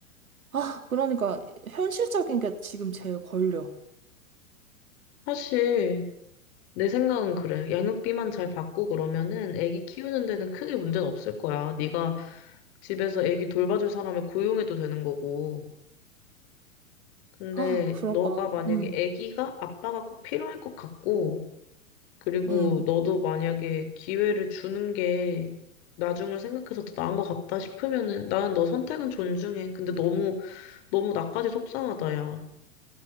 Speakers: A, on the right; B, on the left.
A: 아, 그러니까 현실적인 게 지금 제일 걸려.
B: 사실, 내 생각은 그래. 양육비만 잘 받고 그러면은 애기 키우는 데는 크게 문제는 없을 거야. 네가 집에서 애기 돌봐줄 사람을 고용해도 되는 거고. 근데
A: 아, 그럴까?
B: 너가 만약에
A: 음,
B: 애기가 아빠가 꼭 필요할 것 같고, 그리고
A: 음.
B: 너도 만약에 기회를 주는 게 나중을 생각해서 더 나은 것 같다 싶으면은 나는 너 선택은 존중해. 근데 너무, 너무 나까지 속상하다, 야.